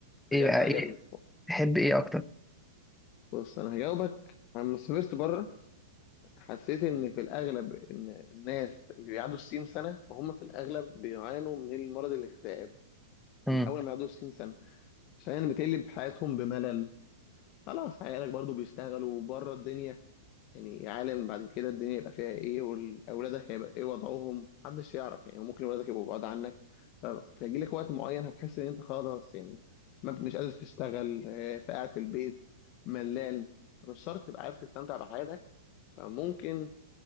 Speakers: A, in the centre; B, on the left.
A: ايه
B: بجد
A: بقى
B: عجبني
A: ايه تحب ايه اكتر
B: بص انا هجاوبك لما سافرت بره حسيت ان في الاغلب ان الناس اللي بيعدوا الستين سنه فهم في الاغلب بيعانوا من المرض الاكتئاب
A: امم
B: أما اول ما يعدوا الستين سنه عشان بتقلب حياتهم بملل خلاص عيالك برضو بيشتغلوا بره الدنيا يعني عالم بعد كده الدنيا يبقى فيها ايه واولادك هيبقى ايه وضعهم محدش يعرف يعني ممكن اولادك يبقوا بعاد عنك ف- فيجي لك وقت معين هتحس ان انت خلاص يعني ما مش قادر تشتغل آه، فقاعد في البيت ملان مش شرط تبقى عارف تستمتع بحياتك فممكن